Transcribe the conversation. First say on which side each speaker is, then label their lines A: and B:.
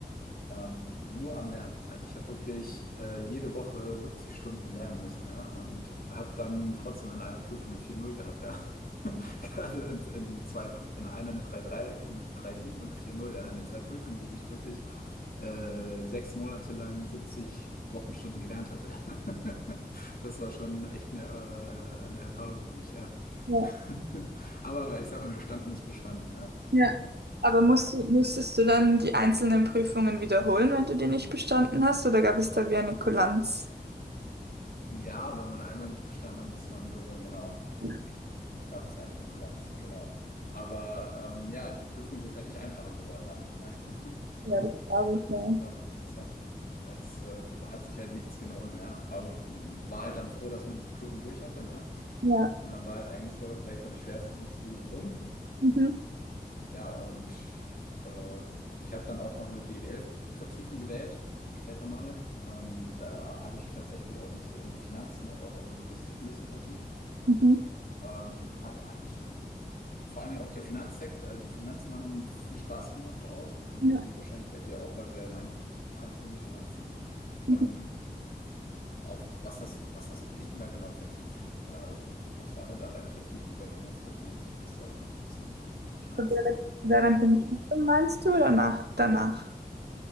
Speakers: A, on the left; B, on the right.
A: ähm, nur am Lernen. Also ich habe wirklich äh, jede Woche 70 Stunden lernen müssen, ja, und habe dann trotzdem in einer Prüfung eine 4-0 gehabt, ja. <laughs> Gerade in, in zwei, Prü- in einer eine 3-3, in eine 3-7 und eine 4-0, ja, in den zwei Prüfungen, wo ich wirklich äh, sechs Monate lang 70 Wochenstunden gelernt hatte. ja. <laughs> Das war schon echt eine, äh, eine Erfahrung für mich, ja.
B: ja.
A: <laughs> Aber ich sag mal, bestanden ist bestanden, ne?
B: Ja. Aber musst,
A: Genau.
B: du- musstest du dann die einzelnen Prüfungen wiederholen, wenn du die nicht bestanden hast, oder gab es da wie eine Kulanz?
A: Ja, wenn man einmal nicht bestanden hat, musste man wiederholen, genau, richtig.
B: Ja,
A: Da gab es eine Kulanz, genau. Aber ähm, ja, die Prüfungen sind halt nicht einfacher geworden dadurch, ne? <laughs>
B: Ja, das glaube ich, ja.
A: Das muss man sich, muss man, es ähm, hat sich halt nichts genommen, ja. Aber ähm, war halt dann froh, dass man die Prüfung durch hatte, ne?
B: Ja.
A: Und dann war halt eigentlich so, sag ich mal, das Schwerste vom Studium rum.
B: Mhm.
A: Ja, und äh, ich habe dann auch noch eine BWL-Vertiefung gewählt, später mal. Ähm, da habe ich tatsächlich auch mich so in Finanzen oder auch in Logistik ein bisschen vertieft.
B: Mhm.
A: Ähm, hat, hat äh, vor allen Dingen auch der Finanzsektor, äh, die Finanzen haben viel Spaß gemacht auch, wie,
B: Ja.
A: wie wahrscheinlich bei dir auch, weil du ja meintest, du kannst irgendwie Finanzen.
B: Mhm.
A: Ähm, auf was hast, was hast du dich denn da genau vertieft? Oder was war denn da deine Vertiefung bei Finanzen, weil du meintest, du bist da irgendwie so ein bisschen in Finanzen
B: Während während
A: tätig?
B: dem Studium meinst du oder nach, danach?